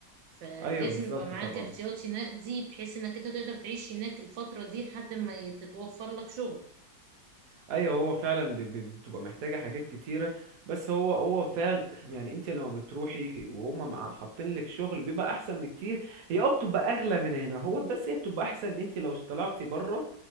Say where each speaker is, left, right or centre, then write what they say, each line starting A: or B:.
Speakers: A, on the right; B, on the right.
A: فلازم
B: ايوه بالظبط
A: يبقى معاك
B: طبعا
A: احتياطي نقدي بحيث انك انت تقدر تعيش هناك الفترة دي لحد ما تتوفر لك شغل
B: ايوه هو فعلا ب- ب- بتبقى محتاجه حاجات كتيره بس هو هو فعلا <clears throat> يعني انت لما بتروحي وهم مع- حاطين لك شغل بيبقى احسن بكتير هي اه بتبقى اغلى من هنا هو بس هي بتبقى احسن ان انت لو طلعتي بره